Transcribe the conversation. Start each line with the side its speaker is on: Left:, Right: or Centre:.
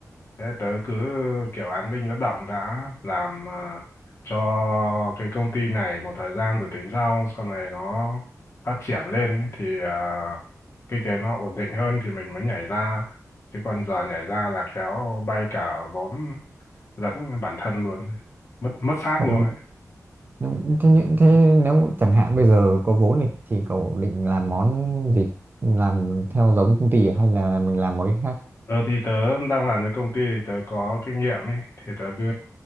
Left: Thế tớ cứ kiểu án binh bất động đã làm ờ, cho cái công ty này một thời gian rồi tính sau. Sau này nó phát triển lên ý, thì ờ, kinh tế nó ổn định hơn thì mình mới nhảy ra. Chứ còn giờ nhảy ra là khéo bay cả vốn lẫn bản thân luôn. Mất mất xác
Right: ừ,
Left: luôn ấy.
Right: Nhưng thế, nhỡ- thế nếu chẳng hạn bây giờ có vốn đi thì cậu định làm món gì làm theo giống công ty à? hay là mình làm một cái khác <laughs>
Left: Ờ thì tớ đang làm cho công ty thì tớ có kinh nghiệm ấy, thì tớ cứ